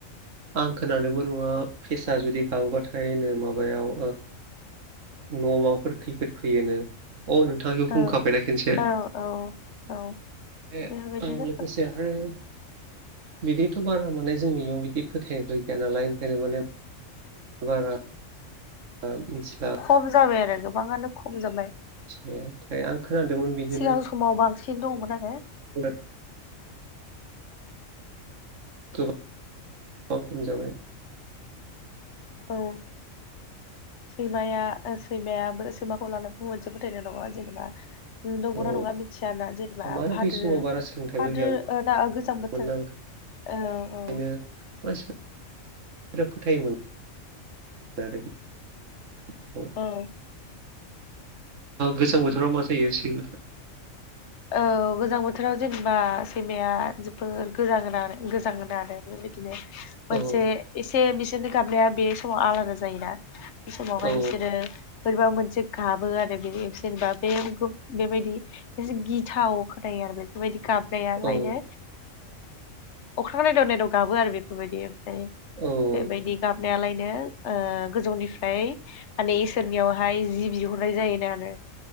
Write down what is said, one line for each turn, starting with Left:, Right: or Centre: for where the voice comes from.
Right: आं खोनानोबो नङा फेसा जुदि गाबोबाथायनो माबायाव न' माबाफोर खैफोद फैयोनो अ नोंथां बेखौ
Left: औ
Right: बुंखाबायना खेनसे
Left: औ औ औ
Right: ए
Left: बेफोरबायदिनो
Right: आं गोसे आरो बिदिथ' बारा माने जोंनियाव बिदि फोथायनायबोै गैया नालाय ओंखायनो माने बारा ओ मिथिला
Left: खम जाबाय आरो गोबाङानो खम जाबाय
Right: मि ओमफ्राय आं खोनादोंमोन बिदिनो
Left: सिगां समाव बांसिन दङमोन आरो
Right: <unintelligible> गोबां खम जाबाय
Left: औ सैमाया सैमाया सैमाखौ लानानैबो मोनसे फोथायनाय दङ जेनेबा नंगौना
Right: औ
Left: नङा मिथियाना जेनेबा
Right: मानो
Left: भाद्र
Right: बै समाव बारा सोलोंथाइबो
Left: भादो
Right: गैयामोन
Left: ना गोजां बोथोर
Right: ना
Left: औ
Right: ओंखायनो
Left: औ
Right: मानसिफोरा बिराद फोथायोमोन आरो बेखौ
Left: औ
Right: गोजां बोथोराव मा जायो सि
Left: औ गोजां बोथोराव जेनेबा सैमाया जोबोर गोजाङो गोजाङोनो आरो बेदिनो मोनसे
Right: औ
Left: एसे बिसोरनो गाबनाया बे समाव आलादा जायोना बे समावहाय
Right: औ
Left: बिसोरो बोरैबा मोनसे गाबो आरो बे जेनेबा बे बेबायदि एसे गिथाव खोनायो आरो बेफोरबायदि गाब फेसाआलायनो
Right: औ
Left: अख्रां नायदाव नायदाव गाबो आरो बेफोरबायदि ओमफ्राय
Right: औ
Left: बेबायदि गाबनायालायनो ओ गोजौनिफ्राय माने इसोरनियावहाय जि बिहरनाय जायोनो आरो